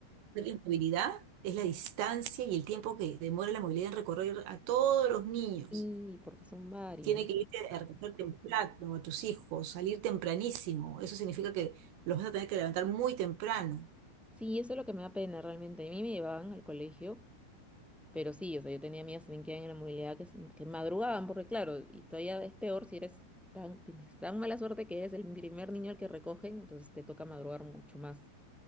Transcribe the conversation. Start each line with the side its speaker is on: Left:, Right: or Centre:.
Right: la movilidad es la distancia y el tiempo que demora la movilidad en recorrer a todos los niños.
Centre: Sí, porque son varios.
Right: Tiene que irte a recoger temprano a tus hijos, salir tempranísimo. Eso significa que los vas a tener que levantar muy temprano.
Centre: Sí, eso es lo que me da pena realmente. A mí me llevaban al colegio, pero sí, o sea, yo tenía amigas también que eran en la movilidad que, s- que madrugaban, porque claro, y todavía es peor si eres tan, tienes tan mala suerte que eres el primer niño al que recogen, entonces te toca madrugar mucho más.